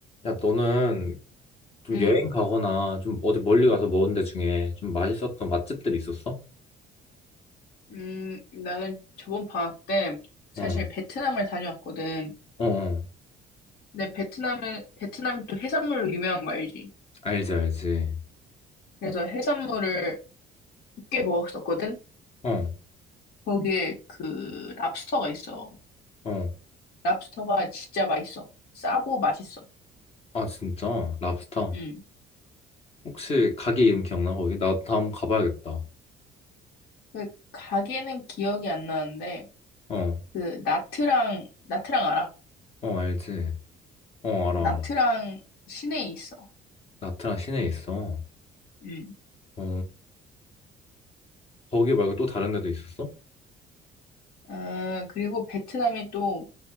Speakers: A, on the left; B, on the left.
A: 야, 너는 좀
B: 음,
A: 여행 가거나 좀 어디 멀리 가서 먹은 데 중에 좀 맛있었던 맛집들 있었어?
B: 음, 나는 저번 방학 때 사실
A: 어,
B: 베트남을 다녀왔거든.
A: 어, 어.
B: 근데 베트남은, 베트남이 또 해산물로 유명한 거 알지?
A: 알지, 알지.
B: 그래서 해산물을 꽤 먹었었거든?
A: 어,
B: 거기에 그 랍스터가 있어.
A: 어.
B: 랍스터가 진짜 맛있어. 싸고 맛있어.
A: 아, 진짜? 랍스터?
B: 음.
A: 혹시 가게 이름 기억나, 거기? 나 다음 가봐야겠다.
B: 그 가게는 기억이 안 나는데,
A: 어,
B: 그 나트랑, 나트랑 알아?
A: 어, 알지. 어, 알아,
B: 나트랑
A: 알아.
B: 시내에 있어.
A: 나트랑 시내에 있어.
B: 음.
A: 오, 거기 말고 또 다른 데도 있었어?
B: 아, 그리고 베트남이 또